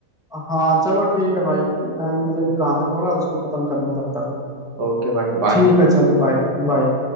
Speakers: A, in the centre; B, on the right.
A: हाँ चलो ठीक है भाई अ, मुझे
B: ओके
A: भी काम है थोड़ा उसको खत्म करना तब तक
B: ओके भाई बाय
A: ठीक है चलो बाय बाय